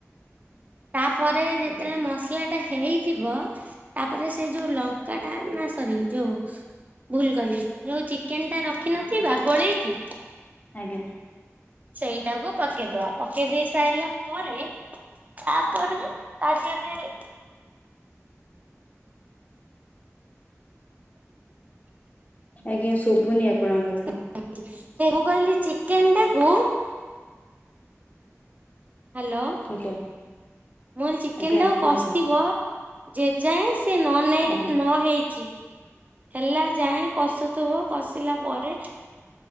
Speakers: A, on the right; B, on the left.
A: ତା ପରେ ଯେତେବେଳେ
B: ଆଜ୍ଞା
A: ମସ୍ଲା ଟା ହେଇଯିବ, ତାପରେ ସେଇ ଯୋଉ ଲଙ୍କା ଟା ନା ସରି ଯୋଉ ଭୁଲ୍ କହିଲି, ଯୋଉ ଚିକେନ୍ ଟା ରଖିିନଥିବା ଗୋଳେଇକି
B: ଆଜ୍ଞା।
A: ସେଇଟାକୁ ପକେଇଦବା, ପକେଇ ଦେଇ ସାଇଲା ପରେ ତା ପରେ ତା ଧିଅରେ
B: ଆଜ୍ଞା ଶୁଭୁନି ଆପଣଙ୍କ କଥା।
A: <unintelligible> ମୁଁ କହିଲି ଚିକେନ୍ ଟାକୁ ହାଲୋ।
B: ଆଜ୍ଞା।
A: ମୁ କହିଲି ଚିକେନ୍
B: ଆଜ୍ଞା
A: ଟାକୁ କଷିବ
B: କୁହନ୍ତୁ।
A: ଜେଜାଏଁ ସେ ନ ନେଇ
B: ଆଜ୍ଞା
A: ନ ହେଇଚି। ହେଲା ଯାଏଁ କଷୁଥିବ, କଷିଲା ପରେ